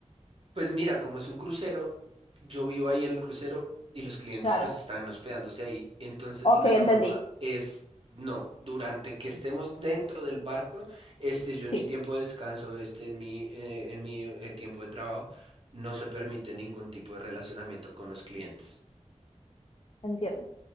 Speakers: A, on the right; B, on the left.
A: Pues mira, como es un crucero, yo vivo ahí en el crucero y los clientes
B: Claro.
A: pues están hospedándose ahí. Entonces
B: Ok,
A: la norma
B: entendí.
A: es, no, durante que estemos dentro del barco, este, yo
B: Sí,
A: en mi tiempo de descanso, este, en mi, eh, en mi eh, tiempo de trabajo, no se permite ningún tipo de relacionamiento con los clientes.
B: entiendo.